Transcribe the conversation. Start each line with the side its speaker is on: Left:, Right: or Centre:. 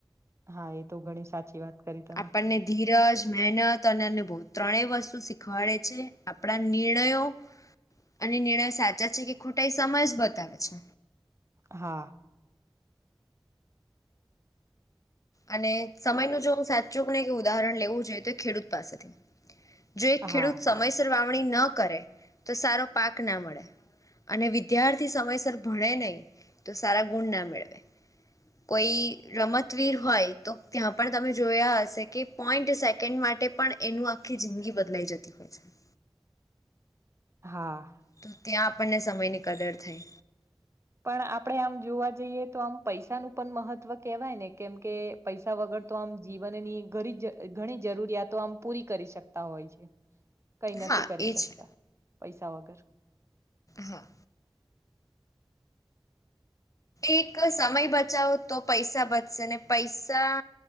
Right: હા એ તો ઘણી સાચી વાત કરી તમે
Left: આપણને ધીરજ મહેનત અને અનુભ ત્રણેય વસ્તુ શીખવાડે છે આપણા નિર્ણયો અને નિર્ણય સાચા છે કે ખોટા એ સમય જ બતાવે છે
Right: હા
Left: અને સમય ન જો હું સાચું કે ને કે ઉદાહરણ લેવું જોઈએ તો ખેડૂત પાસેથી જો એક
Right: હા
Left: ખેડૂત સમયસર વાવણી ન કરે તો સારો પાક ના મળે અને વિદ્યાર્થી સમયસર ભણે નહીં તો સારા ગુણ ના મેળવે કોઈ રમતવીર હોય તો ત્યાં પણ તમે જોયા હશે કે પોઈન્ટ સેકન્ડ માટે પણ એનું આખી જિંદગી બદલાઈ જતી હોય છે
Right: હા
Left: તો ત્યાં આપણને સમયની કદર થઈ
Right: પણ આપણેે આમ જોવા જઈએ તો આમ પૈસાનું પણ મહત્વ કેવાય ને કેમ કે પૈસા વગર તો આમ જીવનની ઘ જ ઘણી જરૂરિયાતો આમ પૂરી કરી શકતા હોય છે કઈ નથી
Left: હા
Right: કરી
Left: એ
Right: શકતા
Left: છે
Right: પૈસા વગર
Left: હા એક સમય બચાવો તો પૈસા બચશે ને પૈસા